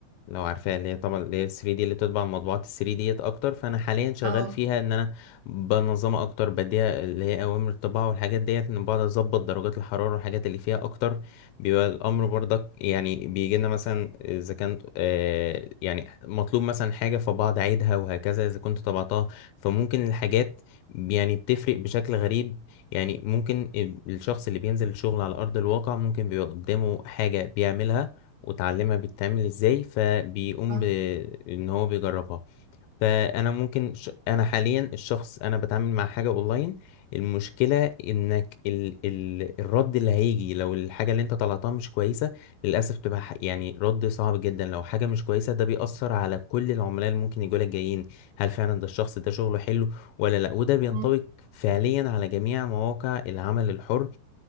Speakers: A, on the left (about 80°); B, on the right (about 75°).
A: لو عارفاها اللي هي طبعا اللي هي 3 دي اللي بتطبع المطبوعات 3 ديت اكتر فانا حاليا شغال
B: اه
A: فيها ان انا بنظمها اكتر بديها اللي هي اوامر الطباعه والحاجات ديت ان بقعد اظبط درجات الحراره والحاجات اللي فيها اكتر بيبقى الامر برضك يعني بيجي لنا مثلا اذا كان آه يعني مطلوب مثلا حاجه فبقعد اعيدها وهكذا اذا كنت طبعتها فممكن الحاجات يعني بتفرق بشكل غريب يعني ممكن الشخص اللي بينزل الشغل على أرض الواقع ممكن بيبقى قدامه حاجة بيعملها وتعلمها بتتعمل ازاي فبيقوم
B: صح
A: بإن هو بيجربها فانا ممكن ش... انا حاليا الشخص انا بتعامل مع حاجه اونلاين المشكله انك ال... ال... الرد اللي هيجي لو الحاجه اللي انت طلعتها مش كويسه للاسف تبقى ح- يعني رد صعب جدا لو حاجه مش كويسه ده بيأثر على كل العملاء اللي ممكن يجوا لك جايين هل فعلا ده الشخص ده شغله حلو ولا لا وده بينطبق
B: مم.
A: فعليا على جميع مواقع العمل الحر